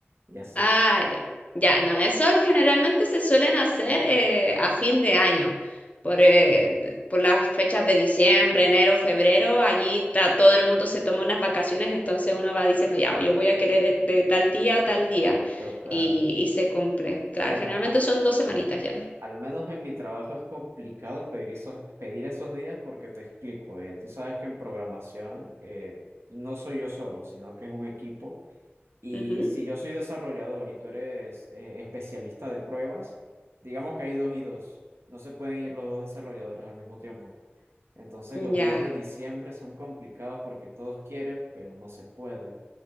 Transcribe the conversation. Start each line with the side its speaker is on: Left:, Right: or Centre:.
Right: Y así.
Left: Ah, ya, ya, no, eso lo- generalmente se suelen hacer eh, a fin de año, por, eh, por las fechas de diciembre, enero, febrero, allí está, todo el mundo se toma unas vacaciones, entonces uno va diciendo, ya, yo voy a querer eh, de tal día a tal día,
Right: Total.
Left: y, y se cumple. Claro,
Right: Bueno,
Left: generalmente
Right: a-
Left: son dos semanitas ya.
Right: Al menos en mi trabajo es complicado pedir esos, pedir esos días porque te explico, eh, tú sabes que en programación eh, no soy yo solo, sino que es un equipo. Y
Left: Ujú.
Right: si yo soy desarrollador y tú eres eh, especialista de pruebas, digamos que hay dos y dos, no se pueden ir los dos desarrolladores al mismo tiempo. Entonces
Left: Ya.
Right: los días de diciembre son complicados porque todos quieren, pero no se puede.